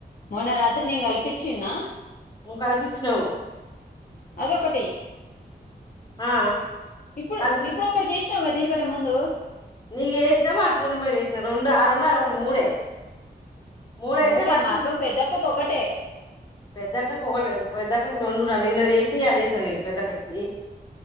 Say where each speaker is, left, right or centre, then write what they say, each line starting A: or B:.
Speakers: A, on the left; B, on the left.
A: మొన్న రాత్రి నేను కలిపి చిన్న
B: ను కల్పించినవ్
A: అదొకటి
B: ఆ
A: ఇప్పుడు
B: కలిపి
A: ఇప్పుడు ఒకటి చేసినావు కదా దీన్ని ఇక్కడ ముందు
B: నీకు చేసినామో అ పూర్ణిమ కి చేసినా రెండు ఆ రెండు అది ఒకటి మూడే మూడయితే
A: మూడే
B: ఫస్ట్
A: మా అక్కకు పెద్దక్కకు ఒకటే
B: పెద్దక్క ఒకటే పెద్ద పక్కకి రెండు రా నిన్న చేసి ఇయ్యాల చేసి చేసిన నేను పెద్దక్కకి